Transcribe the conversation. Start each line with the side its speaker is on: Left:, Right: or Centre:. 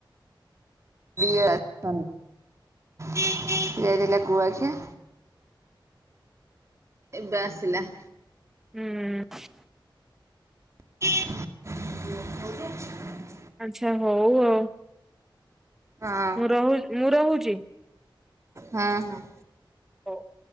Right: ଇଏ <inaudible> ସେ ଯାଇଥିଲା କୁଆଖିଆ। ଏବେ ଆସିଲା।
Centre: ହୁଁ।
Right: <inaudible>
Centre: ଆଛା, ହଉ ଆଉ।
Right: ହଁ
Centre: ମୁଁ, ରହୁ ମୁଁ, ରହୁଛି।
Right: ହଁ, ହଁ।
Centre: ହଉ।